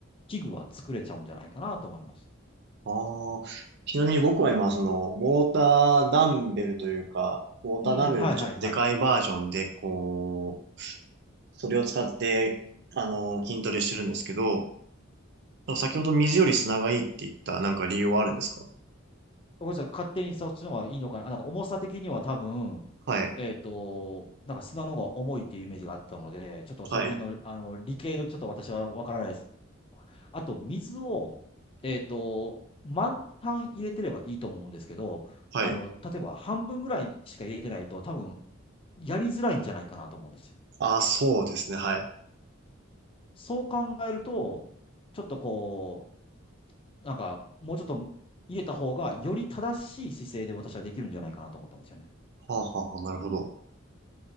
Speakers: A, on the left; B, on the right.
A: 器具は作れちゃうんじゃないかなと思います。
B: ほうああ、ちなみに僕は今、その、ウォーターダンベルというか、ウォーターダンベルのちょっとでかいバージョンで、
A: うん、はいはいはい。
B: こう、それを使って、あの、筋トレしてるんですけど、先ほど水より砂がいいって言った、なんか理由はあるんですか
A: ごめんなさい、勝手にそっちの方がいいのかな。なんか重さ的には多分、
B: はい。
A: えっと、なんか砂の方が重いっていうイメージがあったので、ちょっとその辺の、
B: はい。
A: あの理系のちょっと私は分からないあと、水を、えっと、満タン入れてればいいと思うんですけど、
B: はい。
A: あの、例えば半分ぐらいしか入れてないと、多分、やりづらいんじゃないかなと思うんですよ。
B: ああ、そうですね。はい。
A: そう考えると、ちょっとこう、なんか、もうちょっと入れた方が、より正しい姿勢で私はできるんじゃないかなと思ったんですよね。
B: はあ、はあ、はあなるほど。